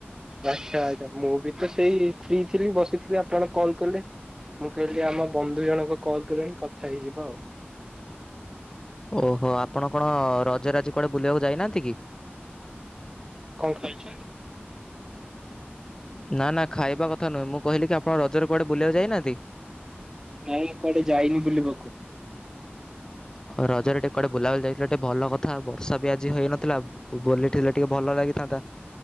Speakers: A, on the right; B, on the left.
A: ଆଚ୍ଛା ଆଚ୍ଛା ମୁଁ ବି ତ ସେଇ ଫ୍ରି ଥିଲି ବସିଥିଲି ଆପଣ କଲ୍ କଲେ। ମୁଁ କହିଲି ଆମ ବନ୍ଧୁ ଜଣଙ୍କ କଲ୍ କଲେଣି କଥା ହେଇଯିବା ଆଉ।
B: ଓହୋ ଆପଣ କଣ ରଜରେ ଆଜି କୁଆଡେ ବୁଲିବାକୁ ଯାଇ ନାହାନ୍ତି କି?
A: କଁ ଖାଇଛନ୍ତି?
B: ନା ନା ଖାଇବା କଥା ନୁହେଁ ମୁଁ କହିଲି କି ଆପଣ ରଜରେ କୁଆଡେ ବୁଲିବାକୁ ଯାଇ ନାହାନ୍ତି।
A: ନାଇଁ ମୁଁ କୁଆଡେ ଯାଇନି ବୁଲିବାକୁ।
B: ହଉ ରଜରେ ଟିକେ କୁଆଡେ ବୁଲାବୁଲି ଯାଇଥିଲା ଟିକେ ଭଲ କଥା ବର୍ଷା ବି ଆଜି ହେଇନଥିଲା। ବୁବୋଲି ଥିଲେ ଟିକେ ଭଲ ଲାଗିଥାନ୍ତା।